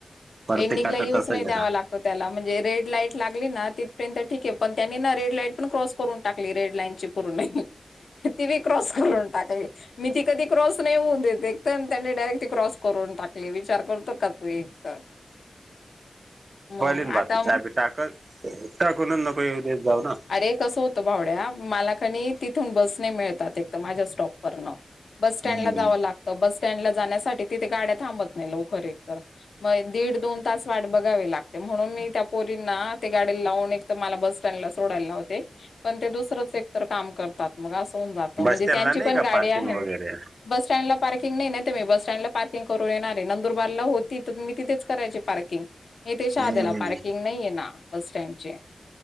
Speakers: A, on the right; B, on the left.
A: प्रत्येकाच
B: एंडिंगला यूज
A: तसंच
B: नाही
A: आहे
B: द्यावा
A: ना
B: लागत. त्याला म्हणजे रेड लाईट लागली ना तिथपर्यंत ठीक आहे पण त्यांनी रेड लाईट पण क्रॉस करून टाकली रेड लाईन पर्ण ती बी क्रॉस करून टाकली. मी ती कधी क्रॉस नाही होऊन देते एक तर त्यांनी डायरेक्ट ती क्रॉस करून टाकली विचार करतो का तू एक तर. <unintelligible> मग
A: बलीन भात
B: आता
A: च बी टाकत टाकूनच नको एउदेत जाऊ ना.
B: अरे कसं होतं भावड्या मला कणी तिथून बस नाही मिळतात एक तर माझ्या स्टॉपवरनं. बस स्टँड
A: हम्म
B: ला जावं लागतं बस स्टँड ला जाण्यासाठी तिथे गाड्या थांबत नाही लवकर खरे तर. मग दीड दोन तास वाट बघावी लागते म्हणून मी त्या पोरींना ते गाडी लावून एक तर मला बस सँडला सोडायल लावते पण ते दुसरच एक तर काम करतात. मग असन जात म्हणजे
A: बस स्टँडला
B: त्यांची
A: नाही
B: पण
A: का
B: गाडी
A: पार्किंग
B: आहे
A: वगैरे
B: बस स्टँडला पार्किंग नाही त ते मी बस सटँडला पार्कंग करून येणारे नंदरबारला होती तर तम तिथेच करायची पार्किंग. हे तेच्या
A: हम्म
B: आध्याला पार्किंग नाहीये ना बस स्टँडचे.